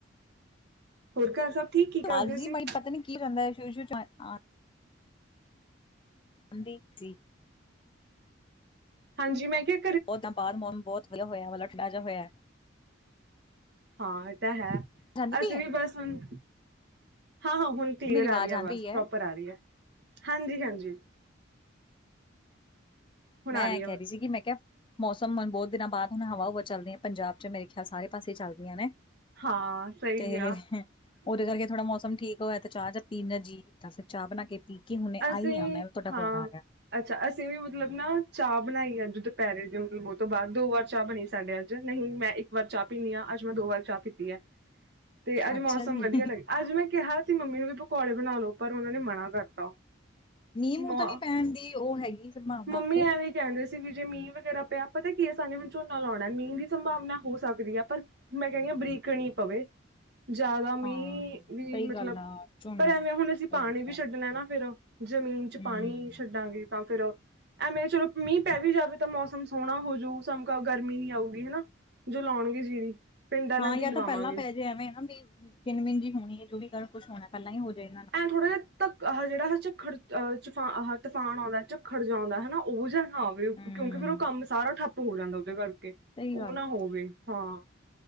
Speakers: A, on the right (about 55°); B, on the left (about 25°).
A: ਹੋਰ ਘਰ ਸਭ ਠੀਕ? ਕੀ
B: <unintelligible>
A: ਕਰਦੇ ਸੀ?
B: ਮਈ ਪਤਾ ਨੀ ਕੀ ਰੈੰਦੈ <unintelligible> ਆਂਦੀ ਤੀ
A: ਹਾਂਜੀ, ਮੈਂ ਕਿਐ
B: ਓਦਾ ਬਾਦ ਮੋਮ ਬੌਤ ਵਲੈ ਹੋਯੈ, ਵਲਠ ਲਾਜਾ ਹੋਯੈ।
A: ਹਾਂ ਐ ਤਾਂ ਹੈ
B: ਜਾਂਦੀ ਪਈ
A: ਅਸੀਂ
B: ਹੈ
A: ਵੀ ਬਸ ਹੁਣ ਹਾਂ-ਹਾਂ ਹੁਣ ਕਲੀਅਰ
B: ਮੇਰੀ ਆਵਾਜ਼
A: ਆ ਰੀ ਐ
B: ਆਂਦੀ
A: ਅਵਾਜ
B: ਪਈ ਹੈ
A: ਪ੍ਰੋਪਰ ਆ ਰੀ ਐ। ਹਾਂਜੀ- ਹਾਂਜੀ ਹੁਣ
B: ਮੈਂ
A: ਆ ਰਹੀ
B: ਐ ਕੈ
A: ਹੈ।
B: ਰੀ ਸੀਗੀ ਮੈਂ ਕਿਆ ਮੌਸਮ ਮਣ ਬਤ ਦਿਨਾਂ ਬਾਦ ਹੁਣ ਹਵਾ-ਹੂਵਾ ਚੱਲ ਰੀ ਹੈ ਪੰਜਾਬ 'ਚ ਮੇਰੇ ਖਿਆਲ ਸਾਰੇ ਪਾਸੇ ਚੱਲ ਰਹੀਆਂ ਨੇ।
A: ਹਾਂ ਸਹੀ
B: ਤੇ
A: ਆ,
B: ਓਦੇ ਕਰਕੇ ਥੋੜਾ ਮੌਸਮ ਠੀਕ ਤੋ ਐ ਤੇ ਚਾਹ ਜਾਂ ਪੀਣ ਦਾ ਜੀਅ ਕੀਤਾ ਸੀ ਚਾਹ ਬਣਾ ਕੇ ਪੀ ਕੇ ਹੁਣੇ
A: ਅਸੀਂ
B: ਆਈ ਆਂ ਮੈਂ ਤੁਹਾਡਾ
A: ਹਾਂ
B: ਫੋਨ ਆ ਗਿਆ।
A: ਅੱਛਾ ਅਸੀਂ ਵੀ ਮਤਲਬ ਨਾ ਚਾਹ ਬਣਾਈ ਅੱਜ ਦੁਪਿਹਰੇ ਜੋ ਦੋ ਬੌ ਤੋ ਬਾਦ ਦੋ ਵਾਰ ਚਾਹ ਬਣੀ ਸਾਡੇ ਅੱਜ ਜ ਨਹੀਂ ਮੈਂ ਇੱਕ ਵਾਰ ਚਾਹ ਪੀਨੀ ਆਂ ਅੱਜ ਮੈਂ ਦੋ ਵਾਰ ਚਾਹ ਪੀਤੀ ਐ। ਤੇ ਅੱਜ
B: ਅੱਛਾ
A: ਮੌਸਮ
B: ਜੀ
A: ਵਧੀਆ ਲੱਗ ਅੱਜ ਮੈਂ ਕਿਹਾ ਸੀ ਮੰਮੀ ਨੂੰ ਬੀ ਪਕੌੜੇ ਬਣਾ ਲਓ ਪਰ ਉਨਾਂ ਨੇ ਮਨਾ ਕਰਤਾ।
B: ਮੀਂਹ ਮੂੰਹ
A: ਮੋ
B: ਤੇ ਨੀ ਪੈਣ ਦੀ ਓਹ ਹੈਗੀ ਸੰਭਾਵਨਾ
A: ਮੰਮੀ
B: ਐਥੇ
A: ਐਵੇਂ ਕਹਿੰਦੇ ਸੀ ਵੀ ਜੇ ਮੀਂਹ ਵਗੈਰਾ ਪਿਆ ਪਤਾ ਕੀ ਏ ਸਾਨੂੰ ਵੀ ਚੌਂਨਾ ਲਾਉਣਾ ਮੀਂਹ ਦੀ ਸੰਭਾਵਨਾ ਹੋ ਸਕਦੀ ਆ ਪਰ ਮੈਂ ਕਹਿਣੀ ਆ ਬਰੀਕ ਕਣੀ ਪਵੇ। ਜਿਹਦਾ
B: ਹਾਂ
A: ਮੀਂਹ ਵੀ
B: ਸਹੀ
A: ਮਤਲਬ
B: ਗੱਲ ਆ ਝੋਨਾ
A: ਪਰ ਐਵੇਂ ਹੁਣ ਅਸੀਂ ਪਾਣੀ
B: ਉਹ ਦਿੱਤਾ।
A: ਵੀ ਛੱਡਣਾ ਨਾ ਫੇਰ ਜ਼ਮੀਨ 'ਚ
B: ਹੂੰ,
A: ਪਾਣੀ ਛੱਡਾਂਗੇ ਤਾਂ ਫਿਰ ਐਵੇਂ ਚਲੋ ਮੀਂਹ ਪੈ ਵੀ ਜਾਵੇ ਤਾਂ ਮੌਸਮ ਸੋਹਣਾ ਹੋ ਜੂ ਸਮ ਕ ਗਰਮੀ ਨੀ ਆਊਗੀ ਹਨਾ। ਜੋ ਲੋਣ ਗੇ ਜੀਰੀ ਪਿੰਡ ਵਾਲਿਆਂ
B: ਹਾਂ
A: ਤੋਂ
B: ਯਾ
A: ਹੀ ਲਵਾਵਾਂਗੇ।
B: ਤਾਂ ਪਹਿਲਾਂ ਪੈ ਜੇ ਐਵੇਂ ਨਾ ਮੀਂਹ ਕਿੰਨ-ਮਿੰਨ ਜੀ ਹੋਣੀ ਏ ਜੋਵੀ ਗੱਲ ਕੁਛ ਹੋਣੈ ਪਹਿਲਾਂ ਹੀ ਹੋ ਜੇ।
A: ਐਂ ਥੋੜ੍ਹਾ ਜਾ ਧੱਕ ਆਹ ਜੇੜਾ ਝੱਖੜ ਹ ਚੂਫਾ ਤੂਫਾਨ ਆਉਂਦੈ ਝੱਖੜ ਜਾ ਆਉਂਦੈ ਹਨਾ ਓਹ ਜਿਹਾ ਹਾਂ ਵੀ
B: ਹੂੰ।
A: ਕਿਉਂਕਿ ਫਿਰ ਉਹ ਕੰਮ ਸਾਰਾ ਠੱਪ ਹੋ ਜਾਂਦਾ ਉਹਦੇ ਕਰਕੇ
B: ਸਹੀ
A: ਉਹ
B: ਗੱਲ
A: ਨਾ ਹੋ
B: ਆ।
A: ਹੋਵੇ ਹਾਂ